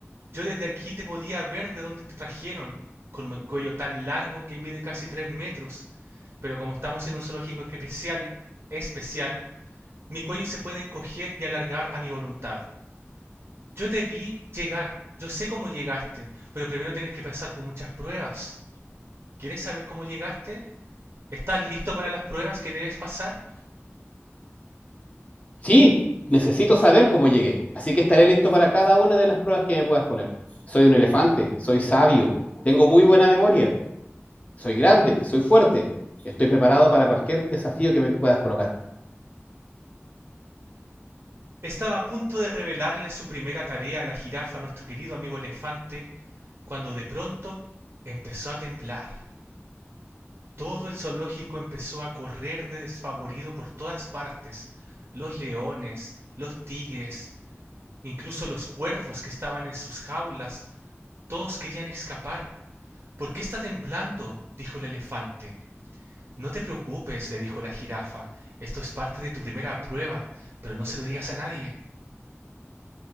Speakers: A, on the right; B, on the left.
A: Yo desde aquí te podía ver de dónde te trajeron, con mi cuello tan largo que mide casi tres metros. Pero como estamos en un zoológico especial, especial, mi cuello se puede encoger y alargar a mi voluntad. Yo te vi llegar, yo sé cómo llegaste, pero primero tienes que pasar por muchas pruebas. ¿Quieres saber cómo llegaste? ¿Estás listo para las pruebas que debes pasar?
B: Sí, necesito saber cómo llegué. Así que estaré listo para cada una de las pruebas que me puedas poner. Soy un elefante, soy sabio, tengo muy buena memoria, soy grande, soy fuerte. Estoy preparado para cualquier desafío que me puedas colocar.
A: Estaba a punto de revelarle su primera tarea a la jirafa, a nuestro querido amigo elefante, cuando de pronto empezó a temblar. Todo el zoológico empezó a correr desfavorido por todas partes. Los leones, los tigres, incluso los cuervos que estaban en sus jaulas todos querían escapar por qué está temblando dijo el elefante no te preocupes le dijo la jirafa esto es parte de tu primera prueba pero no se lo digas a nadie